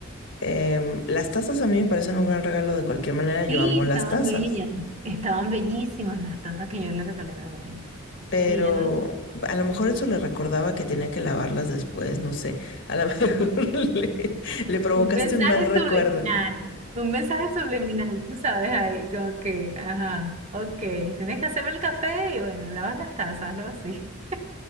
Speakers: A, on the left (about 60°); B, on the right (about 35°).
A: Em, las tazas a mí me parecen un gran regalo de cualquier manera,
B: sí,
A: yo amo las
B: estaban
A: tazas.
B: bellas, estaban bellísimas las tazas que yo le regalé a la abuela.
A: Pero
B: Y ella no
A: a lo mejor eso le recordaba que tenía que lavarlas después, no sé. A lo <laughs> mejor le, le provocaste
B: Un mensaje
A: un mal recuerdo.
B: subliminal, un mensaje subliminal, tú sabes, ahí como que, ajá, ok, tienes que hacerme el café y bueno, lavas las tazas, algo así. <laughs>